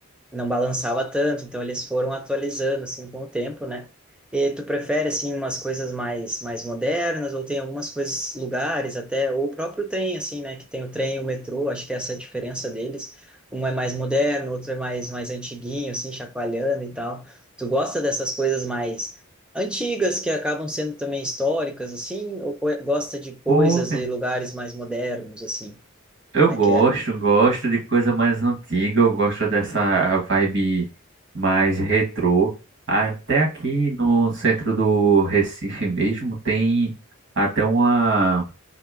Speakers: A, in the centre; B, on the right (about 55°).
A: não balançava tanto, então eles foram atualizando assim com o tempo, né? E tu prefere assim umas coisas mais mais modernas ou tem algumas coisas lugares até ou o próprio trem assim, né, que tem o trem e o metrô, acho que essa é a diferença deles. Um é mais moderno, outro é mais mais antiguinho assim, chacoalhando e tal. Tu gosta dessas coisas mais antigas que acabam sendo também históricas assim, ou co- gosta de coisas
B: Pô, cara,
A: e lugares mais modernos assim?
B: eu
A: Como
B: gosto,
A: é que é?
B: gosto de coisa mais antiga, eu gosto dessa vibe mais retrô. Até aqui no centro do Recife mesmo tem até uma,